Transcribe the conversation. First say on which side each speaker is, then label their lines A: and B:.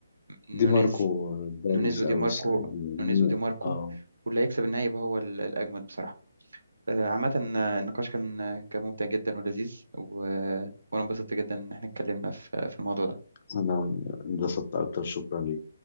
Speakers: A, on the right; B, on the left.
A: نونيز
B: دي ماركو بارز
A: نونيز ودي
B: أوي
A: ماركو
B: السنة دي يعني،
A: نونيز ودي ماركو
B: اه
A: واللي هيكسب النهائي يبقى هو ال- الأجمد بصراحة آه، عامة آه، النقاش كان آه، كان ممتع جدا ولذيذ و... آه، وأنا انبسطت جدا إن احنا اتكلمنا في آه، في الموضوع ده
B: أنا انبسطت أكتر شكرا ليك.